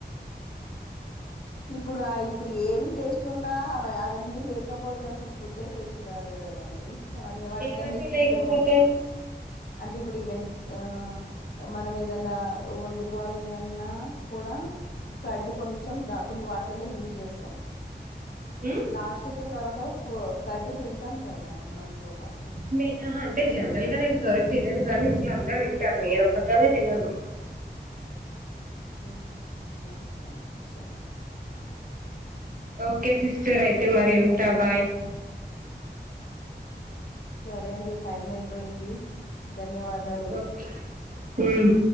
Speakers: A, on the right; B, on the left.
A: <inaudible>
B: ఇప్పుడు ఆ, ఇప్పుడు ఏది టేస్ట్ ఉన్నా, అల అవన్నీ లేకపోతే అసలు ఫుడ్డే టేస్ట్ కాదు. కదండి అవన్నీ వాటికి
A: ఏవన్నీ
B: అన్నిటికీ
A: లేకపోతే
B: దూరం ఉన్, అంటే ఇప్పుడు ఇవన్ ఆ మనం ఏదన్నా వండు కోవాలి అన్నా కూడ, కడ్డు కొంచెం ద కొన్ని వాటి వాటిలలో యూస్ చేస్తాం.
A: ఉమ్,
B: లాస్ట్ కు తర్వాత ఫో కర్డ్ తింటాం కదా అన్నంతో పాటు.
A: నే ఆహా, అంటే జనరల్ గా నేను కర్డ్ తినను గానీ ఇంట్లో అందరు తింటారు. నేనొక్కదాన్నే తినను.
B: ఓహోహొ అచ్చ అచ్చ.
A: ఓకే సిస్టర్ అయితే మరి ఉంటా బాయ్.
B: సరే అండి టైం అయిపోయింది. ధన్యవాదాలు
A: ఓకే మ్